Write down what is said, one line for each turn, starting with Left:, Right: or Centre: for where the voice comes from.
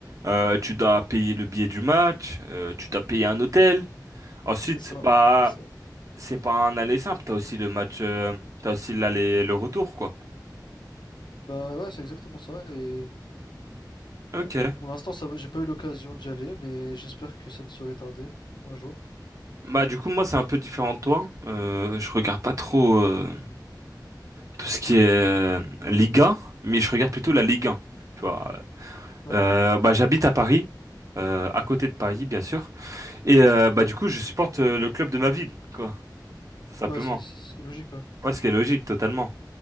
Right: euh, tu dois payer le billet du match, euh, tu dois payer un hôtel. Ensuite,
Left: C'est ça,
Right: bah
Left: c'est ça.
Right: c'est pas un aller simple, t'as aussi le match, euh, t'as aussi l'aller, le retour quoi.
Left: Bah ouais, c'est exactement ça. Et
Right: Ok.
Left: Bon, pour l'instant, ça, va, j'ai pas eu l'occasion d'y aller, mais j'espère que ça ne serait tardé un jour.
Right: Bah du coup moi c'est un peu différent de toi. Euh, je regarde pas trop euh, tout ce qui est euh, Liga, mais je regarde plutôt la Ligue 1. Tu vois.
Left: Ouais,
Right: Euh, bah j'habite à Paris, euh, à côté de Paris bien sûr, et euh, bah du coup je supporte euh, le club de ma ville quoi, tout simplement.
Left: ouais, c'est c'est- c'est logique, ouais.
Right: Ouais, ce qui est logique totalement.